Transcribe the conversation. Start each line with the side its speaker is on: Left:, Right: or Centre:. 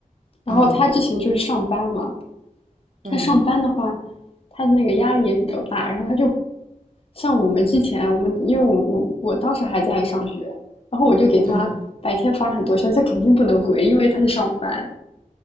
Left: 然后他之前就是上班嘛，
Right: 嗯嗯
Left: 他上班的话，他的那个压力也比较大，然后他就像我们之前，我们因为我我我当时还在上学，然后我就给他白天发了很多消息，
Right: 嗯。
Left: 他肯定不能回，因为他在上班